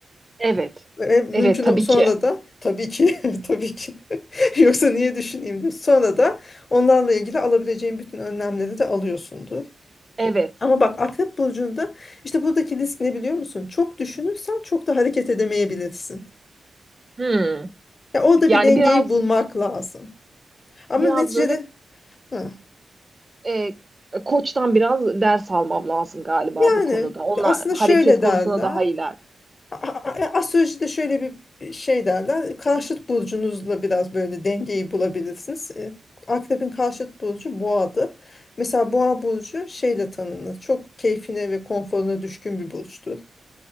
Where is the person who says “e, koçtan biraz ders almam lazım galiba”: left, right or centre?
Right